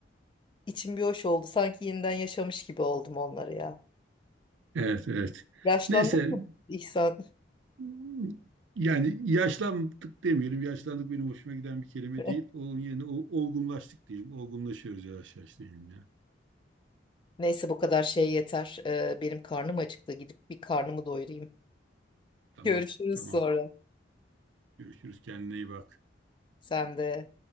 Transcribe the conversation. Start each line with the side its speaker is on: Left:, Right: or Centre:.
Left: içim bir hoş oldu. Sanki yeniden yaşamış gibi oldum onları ya.
Right: Evet, evet.
Left: Yaşlandık
Right: Neyse
Left: mı İhsan?
Right: Hmm. Yani yaşlandık demeyelim. Yaşlandık benim hoşuma giden bir kelime
Left: <laughs>
Right: değil. Onun yerine o- olgunlaştık diyeyim. Olgunlaşıyoruz yavaş yavaş diyeyim ya.
Left: Neyse bu kadar şey yeter. Ee, benim karnım acıktı. Gidip bir karnımı doyurayım.
Right: Tamam,
Left: Görüşürüz
Right: tamam.
Left: sonra.
Right: Görüşürüz. Kendine iyi bak.
Left: Sen de.